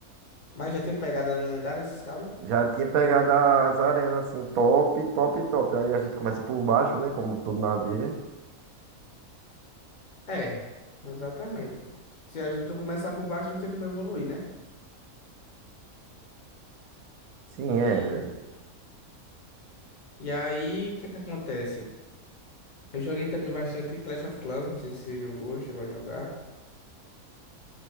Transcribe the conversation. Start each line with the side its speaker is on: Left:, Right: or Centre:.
Left: Mas já tem pegado a lenda lendária esses cabos?
Right: Já tinha pegado as arenas assim, top, top, top. Aí a gente começa por baixo, né? Como tudo na vida.
Left: É, exatamente. Se a gente não começar por baixo, não tem como evoluir, né?
Right: Sim,
Left: E,
Right: é.
Left: e aí, o que é que acontece? Eu joguei também bastante Clash of Clans, não sei se você jogou, chegou a jogar.